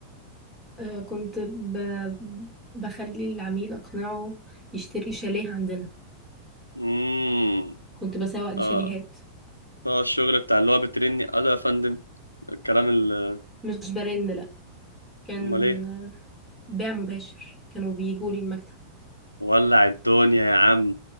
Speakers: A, in the centre; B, on the left.
A: آه، كنت ب... بخلي العميل أقنعه يشتري شاليه عندنا
B: امم
A: كنت بسوق لشاليهات
B: اه اه الشغل بتاع اللي هو بترني الو يا فندم الكلام ال-
A: مش برن لأ كان
B: امال ايه
A: آه، بيع مباشر كانوا بيجوا لي المكتب
B: ولع الدنيا يا عم